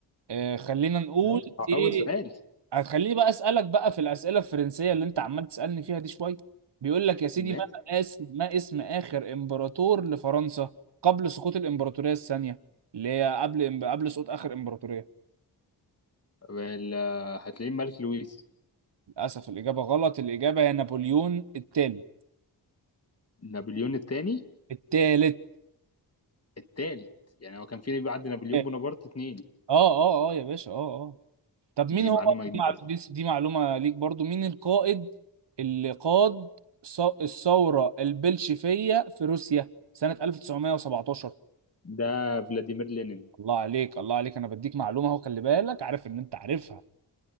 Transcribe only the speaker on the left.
ماشي آه،
أول سؤال
ماشي
وال- هتلاقيه الملك لويس
نابليون الثاني
الثالث يعني هو كان في بعد نابليون
بونابرت اتنين
دي
معلومة جديدة
ده فلاديمير لينين